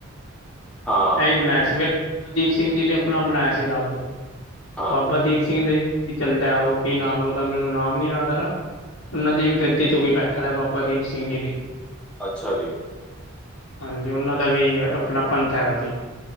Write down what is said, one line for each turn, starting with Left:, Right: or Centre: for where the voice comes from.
Centre: ਹਾਂ
Left: ਐਹੀ ਬਣਾਇਆ ਸੀ। ਫਿਰ ਬਾਬਾ ਦੀਪ ਸਿੰਘ ਜੀ ਨੇ ਆਪਣਾ ਬਣਾਇਆ ਸੀ ਅਲੱਗ
Centre: ਹਾਂ
Left: ਬਾਬਾ ਦੀਪ ਸਿੰਘ ਦੇ ਕੀ ਚੱਲਦਾ ਉਹ ਕੀ ਨਾਮ ਉਹਦਾ ਮੈਨੂੰ ਨਾਮ ਨੀ ਯਾਦਾ ਆ ਰਹਾ, ਉਹਨਾਂ ਦੀ ਵੀ ਗੱਦੀ ਤੇ ਕੋਈ ਬੈਠਾ ਦਾ ਬਾਬਾ ਦੀਪ ਸਿੰਘ ਜੀ ਦੀ।
Centre: ਅੱਛਾ ਜੀ।
Left: ਹਾਂਜੀ, ਉਹਨਾਂ ਦਾ ਵੀ ਆਪਣਾ ਪੰਥ ਹੈਗਾ ਸੀ।